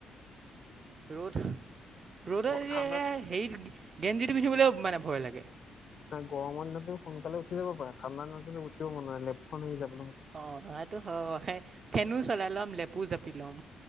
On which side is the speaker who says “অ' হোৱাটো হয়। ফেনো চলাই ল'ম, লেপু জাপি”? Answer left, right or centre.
Right